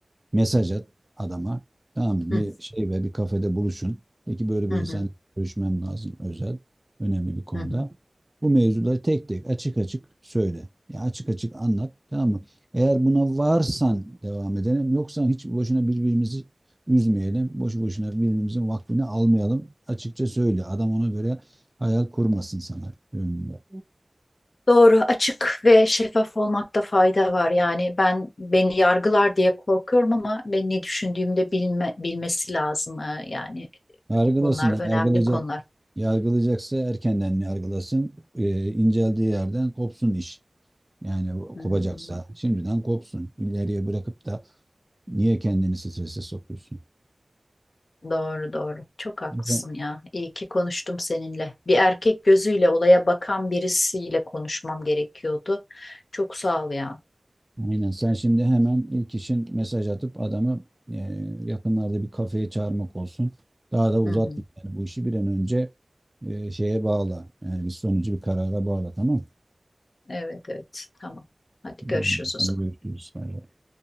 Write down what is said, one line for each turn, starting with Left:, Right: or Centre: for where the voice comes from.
Right: Mesaj at adama. Tamam bir
Left: Hı,
Right: şey ve bir kafede buluşun. Peki böyle
Left: hı,
Right: böyle
Left: hı,
Right: sen görüşmem lazım özel, önemli bir konuda.
Left: hı. hı.
Right: Bu mevzuları tek tek açık açık söyle. Ya açık açık anlat. Tamam mı? Eğer buna varsan devam edelim. Yoksa hiç boşuna birbirimizi üzmeyelim. Boşu boşuna birbirimizin vaktini almayalım. Açıkça söyle. Adam ona göre hayal kurmasın sana önünde.
Left: Doğru, açık ve şeffaf olmakta fayda var. Yani ben beni yargılar diye korkuyorum ama ben ne düşündüğümde bilme, bilmesi lazım. Ee, Yani
Right: Yargılasın.
Left: Bunlar önemli
Right: Yargılayacak,
Left: konular.
Right: yargılayacaksa erkenden yargılasın. Ee, inceldiği yerden kopsun iş. Yani
Left: Hmm.
Right: kopacaksa şimdiden kopsun. İleriye bırakıp da niye kendini strese sokuyorsun?
Left: Doğru doğru. Çok haklısın
Right: O zaman
Left: ya. İyi ki konuştum seninle. Bir erkek gözüyle olaya bakan birisiyle konuşmam gerekiyordu. Çok sağ ol ya.
Right: aynen sen şimdi hemen ilk işin mesaj atıp adamı e, yakınlarda bir kafeye çağırmak olsun. Daha da uzatma
Left: Hı hı.
Right: yani bu işi bir an önce e, şeye bağla. Yani bir sonucu bir karara bağla tamam mı?
Left: Evet evet. Tamam. Hadi
Right: Hı
Left: görüşürüz
Right: hı.
Left: o
Right: Hadi
Left: zaman.
Right: görüşürüz. Bay bay.